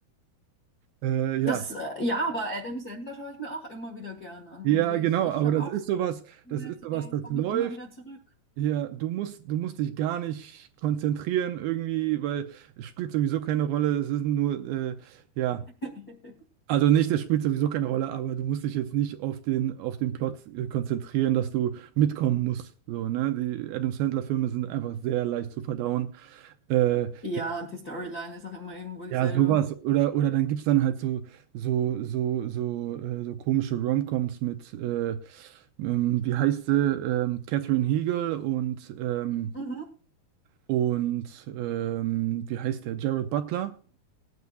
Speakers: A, on the right; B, on the left.
A: Äh,
B: Das,
A: ja.
B: äh, ja, aber Adam Sandler schaue ich mir auch immer wieder gern an.
A: Ja,
B: Also ich,
A: genau,
B: ich
A: aber
B: habe
A: das
B: auch
A: ist
B: so
A: sowas,
B: Filme,
A: das ist
B: zu
A: sowas,
B: denen
A: das
B: komme
A: läuft.
B: ich immer wieder zurück.
A: Ja, du musst, du musst dich gar nicht konzentrieren irgendwie, weil es spielt sowieso keine Rolle. Es ist nur, äh, ja.
B: <laughs>
A: Also nicht, das spielt sowieso keine Rolle, aber du musst dich jetzt nicht auf den, auf den Plot äh, konzentrieren, dass du mitkommen musst. So, ne? Die Adam Sandler-Filme sind einfach sehr leicht zu verdauen. Äh,
B: Ja,
A: ja,
B: und die Storyline ist auch immer irgendwo dieselbe.
A: ja, sowas. Oder, oder dann gibt es dann halt so, so, so, so, äh, so komische Romcoms mit, äh, ähm, wie heißt sie? Ähm, Catherine Hegel und, ähm,
B: Mhm.
A: und ähm, wie heißt der? Jared Butler.